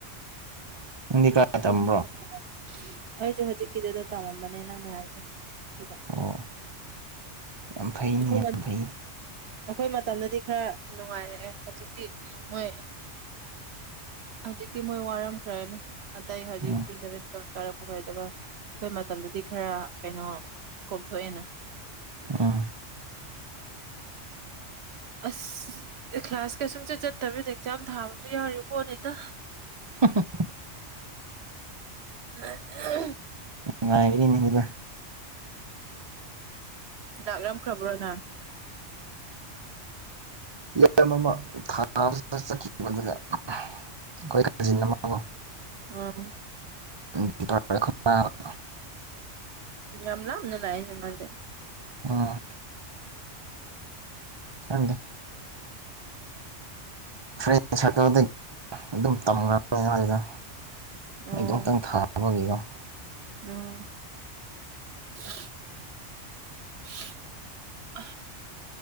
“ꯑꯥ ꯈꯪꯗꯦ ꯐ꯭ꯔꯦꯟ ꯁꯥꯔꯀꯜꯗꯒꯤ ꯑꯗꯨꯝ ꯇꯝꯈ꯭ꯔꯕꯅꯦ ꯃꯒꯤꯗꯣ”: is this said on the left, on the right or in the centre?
Right